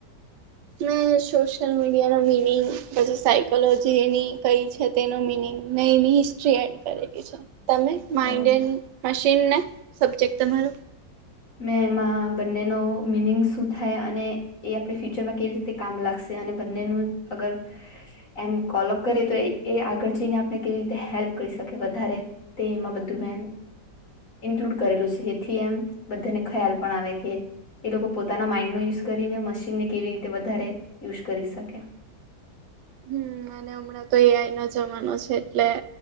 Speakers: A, on the right; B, on the left.
A: મેં સોશિયલ મીડિયાના મિનિંગ પછી સાયકોલોજીની કઈ છે. તેનો મિનિંગ નઈ નની હિસ્ટ્રી એડ કરેલી છે. તમે માઇન્ડ
B: ઓહ,
A: મશીન ને સબ્જેક્ટ તમારો?
B: મેં એમાં બંનેનો મિનિંગ શું થાય અને એ આપણે ફ્યુચરમાં કેવી રીતે કામ લાગશે અને બંનેનું અગર એમ કોલપ કરીએ તો એ આગળ જઈને આપણે કેવી રીતે હેલ્પ કરી શકી વધારે. તે એમાં બધું મે ઇન્ક્લુડ કરેલું છે જેથી એમ, બધાને ખ્યાલ પણ આવે કે એ લોકો પોતાના માઇન્ડનો યુઝ કરીને મશીનને કેવી રીતે વધારે યુઝ કરી શકે.
A: હમ અને હમણાં તો એ આઈ નો જમાનો છે એટલે